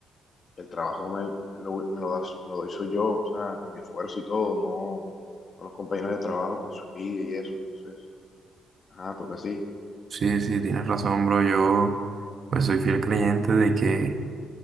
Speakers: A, on the left; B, on the right.
A: el trabajo me lo, me lo das, me lo doy soy yo, o sea, con mi esfuerzo y todo, no, no los compañeros de trabajo con su envidia y eso. Entonces, ajá, toca así.
B: sí sí, sí, tienes razón, bro. Yo pues soy fiel creyente de que